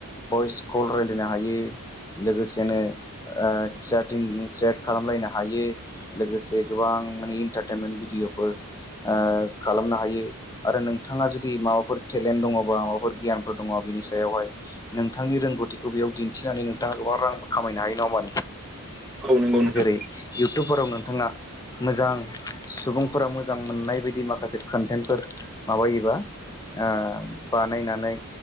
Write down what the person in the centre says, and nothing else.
औ नंगौ नोंथां